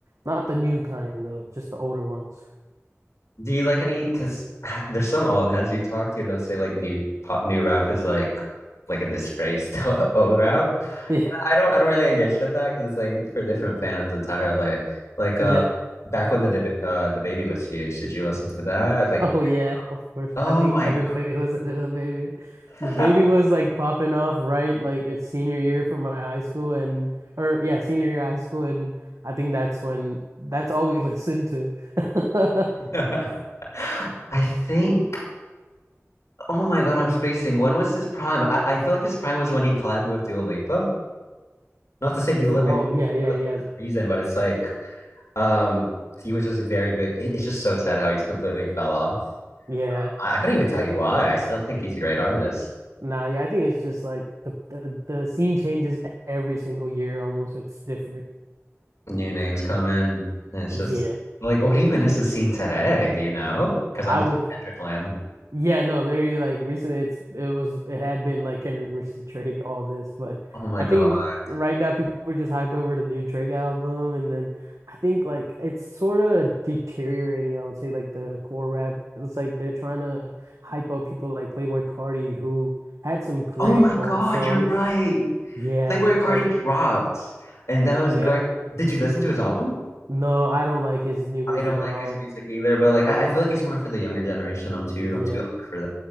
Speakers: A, on the right (about 80°); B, on the left (about 65°).
A: Not the new kind though, just the older ones.
B: Do you like any because <laughs> <sighs> there's some old heads you talk to, they'll say like new pop new rap is like like a disgrace to <laughs> old rap.
A: Yeah,
B: I don't I don't really engage with that because it's like for different fans entirely. Like uh
A: yeah.
B: back when the deb- uh the baby was huge, did you listen to that? Like
A: Oh yeah, of course.
B: oh
A: I think
B: my
A: everybody <laughs> listened to the baby.
B: God.
A: The baby was like popping off right like it's senior year for my high school and or yeah, senior year high school and I think that's when that's all we listened to. <laughs>
B: <laughs> <laughs> I think Oh my God, I'm spacing. When was his prime? I, I feel like his prime was when he collabed with Dua Lipa. Not to say Dua Lipa,
A: Oh yeah, yeah,
B: Dua
A: yeah.
B: Lipa's the reason, but it's like, um, he was just very big. It- It's just so sad how he's completely fell off.
A: Yeah.
B: I, I couldn't even tell you why. I still think he's a great artist.
A: Nah, yeah, I think it's just like the the, the scene changes every single year almost. It's different.
B: New names come in, and it's
A: Yeah.
B: just like, what even is the scene today? Do you know? Because
A: I
B: I'm just
A: would
B: in Kendrick land.
A: Yeah, no, literally like recently it's it was it had been like Kendrick versus Drake, all this, but
B: Oh my
A: I
B: God.
A: think right now people are just hyped over the new Drake album and then I think like it's sort of deteriorating, I would say, like the core rap. It's like they're trying to hype up people like Playboi Carti who had some great
B: Oh my
A: old
B: God,
A: songs.
B: you're right.
A: Yeah,
B: Playboy Carti
A: like
B: dropped, and that was
A: yeah.
B: great. Did you listen to his album?
A: No, I don't like his new music
B: I don't like
A: at all.
B: his music either, but like I, I feel like he's more for the younger generation. I'm too
A: Yeah.
B: I'm too old
A: <laughs>
B: for